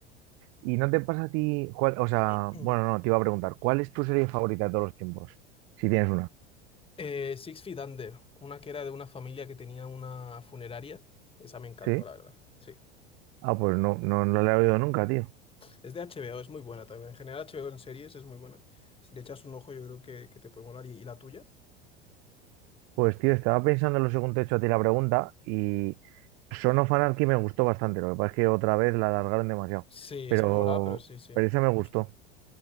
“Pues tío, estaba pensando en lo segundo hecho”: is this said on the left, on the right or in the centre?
Right